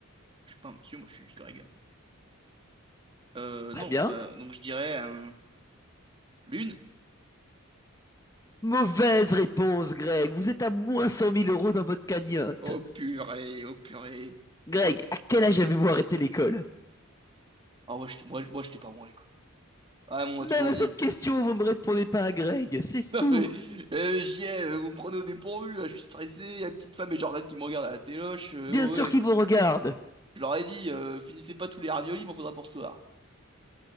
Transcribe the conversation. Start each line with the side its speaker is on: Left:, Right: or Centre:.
Right: je suis pas un monsieur, moi je suis Greg. hein. Euh,
Left: Très
Right: non,
Left: bien.
Right: bah, donc je dirais un lune.
Left: Mauvaise réponse, Greg. Vous êtes à moins cent mille euros dans votre cagnotte.
Right: Oh purée, oh purée.
Left: Greg, à quel âge avez-vous arrêté l'école
Right: Ah ouais, j'étais- moi, je- moi j'étais pas bon à l'école. Ah, mais on m'a
Left: Même
Right: toujours
Left: à
Right: dit.
Left: cette question,
Right: <laughs>
Left: vous ne me répondez pas à Greg. C'est fou.
Right: Non mais, euh, JL, euh, vous me prenez au dépourvu là, je suis stressé, la petite femme et Jordan qui me regardent à la téloche, euh,
Left: Bien
Right: oh
Left: sûr
Right: ouais.
Left: qu'il vous regarde.
Right: Je leur ai dit, euh, finissez pas tous les raviolis, m'en faudra pour ce soir.